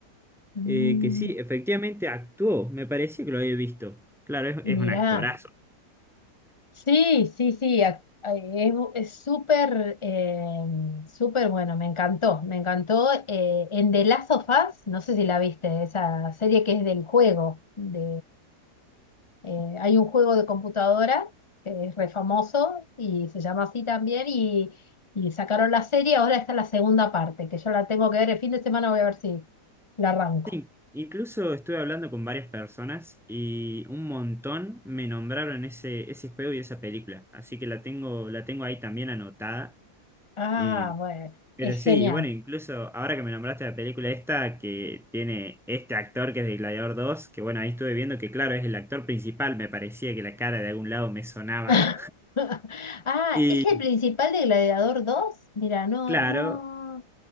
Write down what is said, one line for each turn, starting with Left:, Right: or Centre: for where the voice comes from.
Left: Mm,
Centre: eh, que sí, efectivamente actuó, me parecía que lo había visto. Claro, es,
Left: mirá.
Centre: es un actorazo.
Left: Sí, sí, sí, ac- eh, es bu- es súper, eh, súper bueno, me encantó, me encantó. eh, en The Last of Us, no sé si la viste, esa serie que es del juego, de, Eh, hay un juego de computadora que es re famoso y se llama así también y, y sacaron la serie, ahora está la segunda parte, que yo la tengo que ver el fin de semana, voy a ver si la arranco.
Centre: In- Incluso estuve hablando con varias personas y un montón me nombraron ese, ese juego y esa película, así que la tengo, la tengo ahí también anotada.
Left: Ah,
Centre: Eh,
Left: bueno,
Centre: pero
Left: es
Centre: sí,
Left: genial.
Centre: y bueno, incluso ahora que me nombraste la película esta que tiene este actor que es de Gladiador dos, que bueno, ahí estuve viendo que claro, es el actor principal, me parecía que la cara de algún lado me sonaba.
Left: <laughs> Ah,
Centre: Y
Left: ¿es el principal de Gladiador dos Mira, no,
Centre: claro,
Left: no.